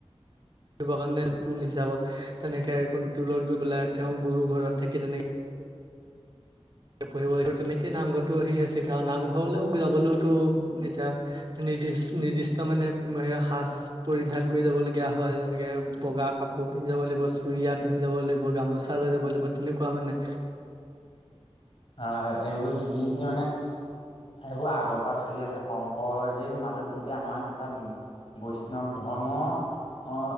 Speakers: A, on the right; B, on the left.
A: ৰ কাৰণে টোল হিচাপত তেনেকে টোলত গৈ পেলাই তেওঁ গুৰু ঘৰত থাকি তেনেকে পঢ়িব লাগিব তেনেকে নামঘৰটো হে হৈছেে আৰু নামঘৰলেও যাবলৈওতো এতিয়া নিজ নিৰ্দিষ্ট মানে সাজ পৰিধান কৰি যাবলগীয়া হয় যেনেকে বগা কাপোৰ পিন্ধ যাব লাগিব চুৰিয়া পিন্ধি যাব লাগিব গামোচা লৈ যাব লাগিব তেনেকুৱা মানে
B: অ এইবোৰ কি কি মানে এইবোৰ আগৰ পৰা চলি আছে শংকৰদেৱ মাধৱদেৱে আমাৰ এটা বৈষ্ণৱ ধৰ্ম কৰ্ম